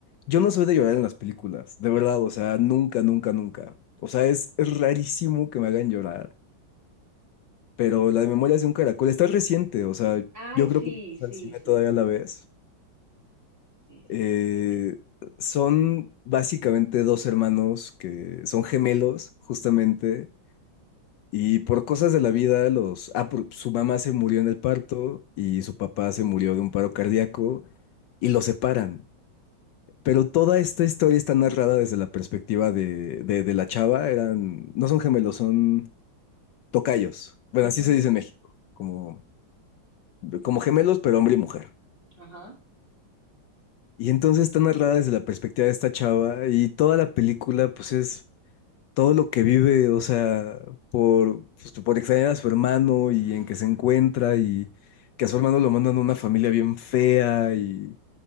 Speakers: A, on the left; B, on the right.
A: yo no soy de llorar en las películas, de verdad, o sea, nunca, nunca, nunca. O sea, es, es rarísimo que me hagan llorar, pero la de Memorias de un Caracol está reciente, o sea,
B: Ay,
A: yo
B: sí,
A: creo que vas
B: sí,
A: al cine
B: sí,
A: todavía
B: sí,
A: la
B: sí.
A: ves.
B: Sí, sí,
A: Eh,
B: aquí estoy. Mira.
A: son básicamente dos hermanos que son gemelos, justamente, Y por cosas de la vida, los... Ah, por- su mamá se murió en el parto y su papá se murió de un paro cardíaco y los separan. Pero toda esta historia está narrada desde la perspectiva de, de, de la chava. Eran, no son gemelos, son tocayos. Bueno,
B: Ujú,
A: así se dice en México, como, como gemelos, pero hombre y mujer.
B: Ajá.
A: Y entonces está narrada desde la perspectiva de esta chava y toda la película, pues es todo lo que vive, o sea, por, pues, por extrañar a su hermano y en que se encuentra y que a su hermano lo mandan a una familia bien fea y,